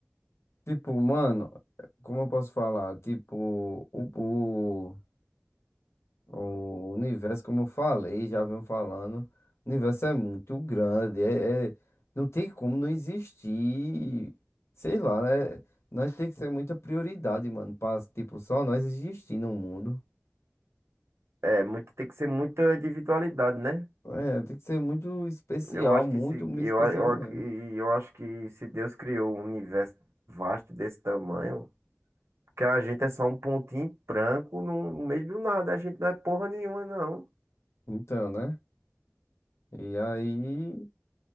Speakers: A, on the left; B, on the right.
A: Tipo, mano, como eu posso falar? Tipo, o, o, o universo, como eu falei, já venho falando, o universo é muito grande. É, é- não tem como não existir. Sei lá, né? Nós tem que ser muita prioridade, mano, pra, tipo, só nós existir no mundo.
B: É, muito, tem que ser muita individualidade, né?
A: É, tem que ser muito especial,
B: Eu acho
A: muito,
B: que se,
A: muito
B: eu,
A: especial
B: eu,
A: mesmo.
B: e eu acho que se Deus criou um universo vasto desse tamanho, que a gente é só um pontinho branco no, no meio do nada, a gente não é porra nenhuma, não.
A: Então, né? E aí,